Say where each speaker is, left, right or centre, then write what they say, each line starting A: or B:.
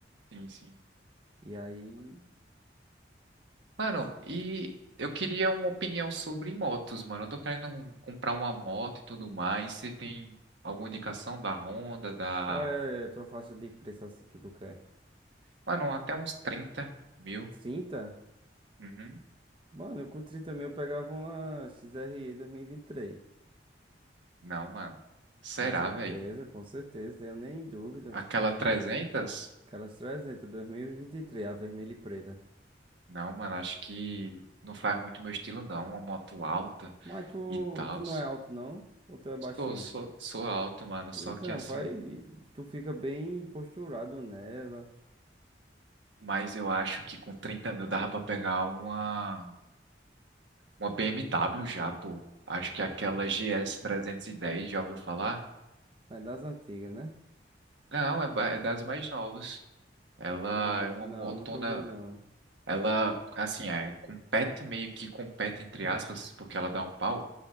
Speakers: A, on the right; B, on the right.
A: Sim, sim.
B: E aí,
A: Mano,
B: se-
A: e eu queria uma opinião sobre motos, mano. Eu tô querendo um- comprar uma moto e tudo mais. Você tem alguma indicação da Honda, da...
B: qual é a tua faixa de preço assim que tu quer?
A: Mano, até uns trinta mil.
B: trinta
A: Uhum.
B: Mano, com 30 mil eu pegava uma XRE 2023.
A: Não, mano. Será,
B: Com certeza,
A: velho?
B: com certeza, tenho nem dúvidas.
A: Aquela 300?
B: Aquelas 300, 2023, a vermelha e preta.
A: Não, mano, acho que não faz muito meu estilo, não. Uma moto alta
B: Mas tu,
A: e tal.
B: tu não é alto, não? Ou tu é baixinho?
A: Sou, sou, sou alto, mano. Só
B: Então,
A: que assim...
B: vai. Tu fica bem posturado nela.
A: Mas eu acho que com 30 mil dava pra pegar uma... Uma BMW já, pô. Acho que aquela GS 310, já ouviu falar?
B: É das antigas, né?
A: Não, é, ba- é das mais novas. Ela
B: Hum,
A: é uma
B: não,
A: motona.
B: nunca ouvi, não.
A: Ela, assim, é, compete meio que compete, entre aspas, porque ela dá um pau